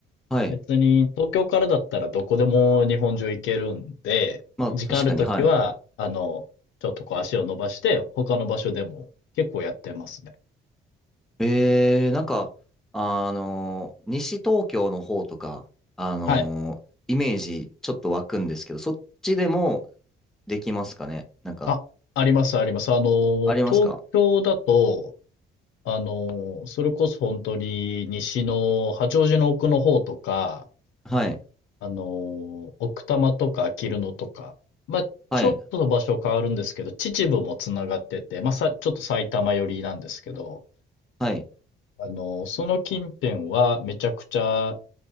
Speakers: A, in the centre; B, on the left.
A: はい。
B: 別に東京からだったらどこでも日本中行けるんで、
A: まあ、
B: 時間あるときは、
A: 確かに、はい。
B: あの、ちょっとこう足を伸ばして、他の場所でも結構やってますね。
A: えー、なんか、あのー西東京の方とか、あのーイメージちょっと湧くんですけど、
B: はい。
A: そっちでもできますかねなんか、
B: あ、あります、あります。あの、
A: ありますか
B: 東京だと、あの、それこそ本当に西の八王子の奥の方とか、
A: はい、
B: あの、奥多摩とかあきる野とか、まあ、
A: はい、
B: ちょっと場所変わるんですけど、秩父もつながってて、まあ、さ、ちょっと埼玉寄りなんですけど、
A: はい。
B: あの、その近辺はめちゃくちゃ